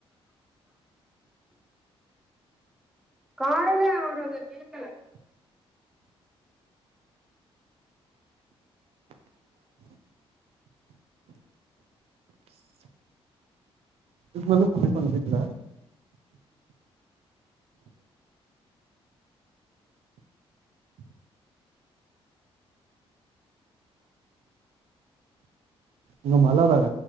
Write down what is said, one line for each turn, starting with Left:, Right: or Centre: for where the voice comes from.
Centre: காலைல அவுரு கேக்கல
Right: இது எதுக் பண்ற தான வீட்ல இங்க மழ வேற